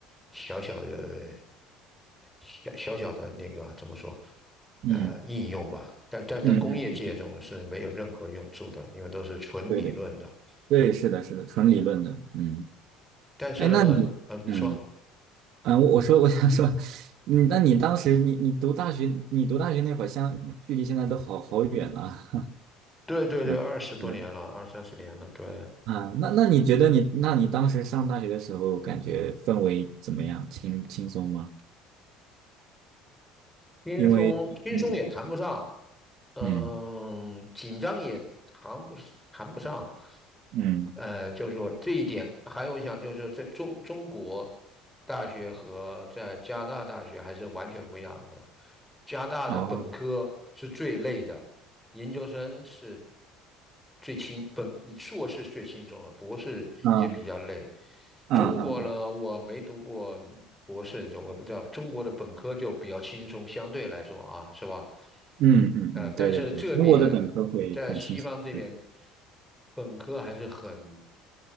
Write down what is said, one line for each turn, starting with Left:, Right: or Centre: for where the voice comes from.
Centre: 小小的、小小小的那个怎么说，
Right: 嗯
Centre: 呃，应用吧。但但在工业界中是没有任何用处的，
Right: 嗯嗯嗯，
Centre: 因为都是纯理论的。
Right: 对对对，是的，是的，纯理论的，嗯，
Centre: 但是呢，
Right: 哎，那你，
Centre: 呃，你说，
Right: 嗯。嗯，我我说我想说，嗯，那你当时你你读大学，你读大学那会儿相，距离现在都好好远了。
Centre: 对对对，
Right: 嗯，
Centre: 二十多年了，
Right: 对
Centre: 二三十年了，对，
Right: 啊，那那你觉得你，那你当时上大学的时候，感觉氛围怎么样？轻轻松吗？
Centre: 轻松轻松也谈不上，
Right: 因为，嗯
Centre: 嗯，
Right: 嗯
Centre: 紧张也谈不是谈不上，
Right: 嗯，
Centre: 呃，就是说这一点，还有我想就是在中中国大学和在加拿大大学还是完全不一样的。加拿大的本科是最累的，
Right: 哦，
Centre: 研究生是最轻本硕士最轻松了，博士也比较累。
Right: 嗯嗯嗯
Centre: 中国呢，我没读过博士的时候，我不知道中国的本科就比较轻松，相对来说啊，是吧？
Right: 嗯嗯嗯，
Centre: 呃，但是这边在西方这边，
Right: 对对对，中国的本科会很轻松，对，
Centre: 本科还是很，